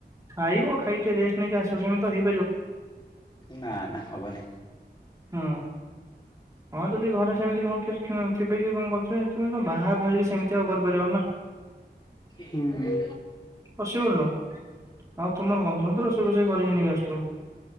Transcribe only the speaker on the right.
ଖାଇବ। ଖାଇଟି ରେଷ୍ଟ ନେଇକି ଆଶିବ ସେମିତି ତ ହେଇ
ହଁ। ହଁ ଯଦି ଘରେ ସେମିତି କଣ ଥିବେ କି କଣ କରୁଥିବେ ତୁମେ ତ ବାହର କି ସେମିତି ଆଉ କରିପାରିବ ନା
ପସିବୁଲ ନୁହଁ। ଆଉ ତମର ଵନ୍ଧୁ ଫନ୍ଦୁ ରଷେଇ ଵଷେଇ କରିବେନି। ୁ <inaudible>